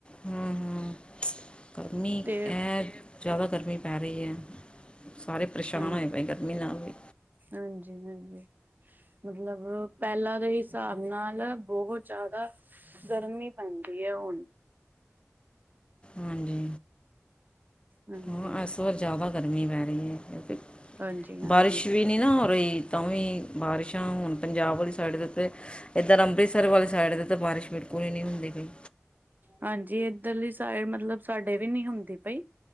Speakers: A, on the left; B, on the right.
A: ਹੂੰ ਹੂੰ ਗਰਮੀ
B: ਤੇ
A: ਹੈ ਜ਼ਿਆਦਾ ਗਰਮੀ ਪੈ ਰਹੀ ਏ ਸਾਰੇ ਪਰੇਸ਼ਾਨ
B: ਹਾਂਜੀ
A: ਹੋਏ ਪਏ ਆ ਗਰਮੀ ਨਾਲ ਵੀ
B: ਹਾਂਜੀ ਹਾਂਜੀ ਮਤਲਬ ਪਹਿਲਾਂ ਦੇ ਹਿਸਾਬ ਨਾਲ ਬਹੁਤ ਜ਼ਿਆਦਾ ਗਰਮੀ ਪੈਂਦੀ ਏ ਹੁਣ
A: ਹਾਂਜੀ
B: ਹਾਂਜੀ
A: ਹੁਣ ਇਸ ਵਾਰ ਜ਼ਿਆਦਾ ਗਰਮੀ ਪੈ ਰਹੀ ਏ ਕਿਉਕਿ
B: ਹਾਂਜੀ ਹਾਂਜੀ
A: ਬਾਰਿਸ਼ ਵੀ ਨਈ ਨਾ ਹੋ ਰਹੀ ਤਾਂ ਵੀ ਬਾਰਿਸ਼ਾਂ ਹੁਣ ਪੰਜਾਬ ਵਾਲੀ ਸਾਈਡ ਦੇ ਉੱਤੇ ਇੱਧਰ ਅੰਮ੍ਰਿਤਸਰ ਵਾਲੇ ਸਾਈਡ ਤੇ ਤਾਂ ਬਾਰਿਸ਼ ਬਿਲਕੁਲ ਹੀ ਨਹੀਂ ਹੁੰਦੀ ਪਈ
B: ਹਾਂਜੀ ਇੱਧਰ ਲੀ ਸਾਈਡ ਮਤਲਬ ਸਾਡੇ ਵੀ ਨੀ ਹੁੰਦੀ ਪਈ